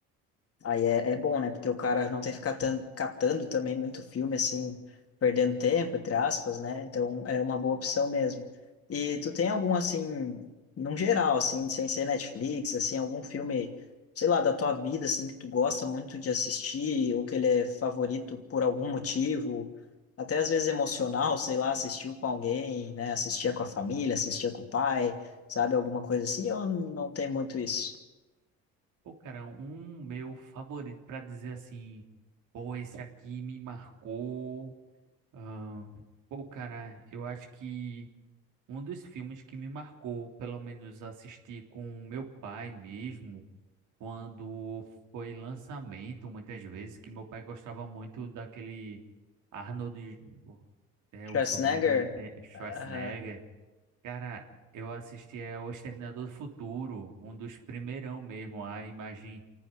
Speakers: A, on the left (about 45°); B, on the right (about 65°).
A: Aí é, é bom, né? Porque o cara não tem que ficar tan- catando também muito filme, assim, perdendo tempo, entre aspas, né? Então é uma boa opção mesmo. E tu tem algum, assim, num geral, assim, sem ser Netflix, assim, algum filme, sei lá, da tua vida, assim, que tu gosta muito de assistir, ou que ele é favorito por algum motivo, até às vezes emocional, sei lá, assistiu com alguém, né? Assistia com a família, assistia com o pai, sabe? Alguma coisa assim, ou não tem muito isso?
B: Pô, cara, um meu favorito para dizer assim, pô, esse aqui me marcou. ahn, pô, cara, eu acho que um dos filmes que me marcou, pelo menos assistir com meu pai mesmo, quando foi lançamento, muitas vezes, que meu pai gostava muito daquele Arnold, é
A: Schwarzenegger.
B: o sobrenome dele, tem- Schwarzenegger.
A: ah,
B: Cara, eu assisti é O Exterminador do Futuro, um dos primeirão mesmo, a imagem